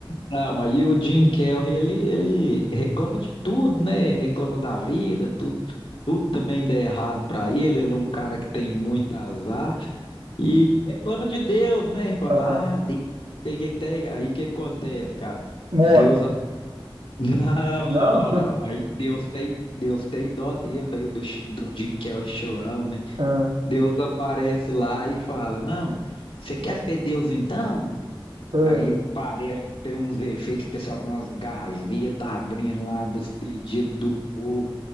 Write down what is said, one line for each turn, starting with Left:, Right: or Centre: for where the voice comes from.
Left: Não, aí o Jim Carrey, ele, ele reclama de tudo, né? Reclama da vida, tudo, tudo também dá errado pra ele. Ele é um cara que tem muito azar e reclama de Deus, né? Fala,
Right: Ah,
Left: ah, Deus, sei que que tem. Aí o que acontece, cara?
Right: morre.
Left: Deus, a- <laughs> não,
Right: Não?
Left: não, não,
Right: <laughs>
Left: não. Aí Deus tem, Deus tem dó dele, do, do, do Jim Carrey chorão, né?
Right: Ah,
Left: Deus aparece lá e fala, não, você quer ser Deus então?
Right: ah,
Left: Aí parece que tem uns efeitos especiais de umas gavetas abrindo lá dos pedidos do povo.